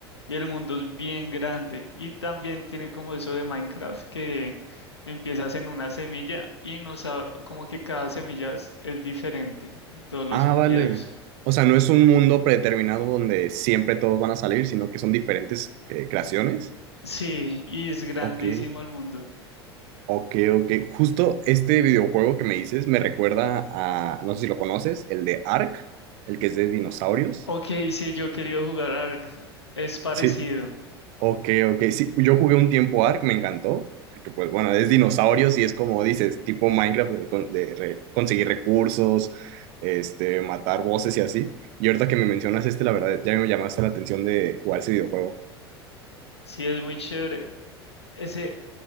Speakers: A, on the left; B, on the right.
A: y el mundo es bien grande y también tiene como eso de Minecraft que empiezas en una semilla y no sabe como que cada semilla es, es diferente en todos los
B: Ah,
A: sentidos.
B: vale. O sea, no es un mundo predeterminado donde siempre todos van a salir, sino que son diferentes eh, creaciones.
A: Sí, y es grandísimo
B: Ok,
A: el mundo.
B: ok, ok. Justo este videojuego que me dices me recuerda a, no sé si lo conoces, el de Ark, el que es de dinosaurios.
A: Ok, sí, yo he querido jugar Ark. Es parecido.
B: Sí, Ok, ok. Sí, yo jugué un tiempo Ark, me encantó. Que pues bueno, es dinosaurios y es como dices, tipo Minecraft de, con- de re- conseguir recursos, este, matar voces y así. Y ahorita que me mencionas este, la verdad, ya me llamaste la atención de jugar ese videojuego.
A: Sí, es muy chévere. Ese,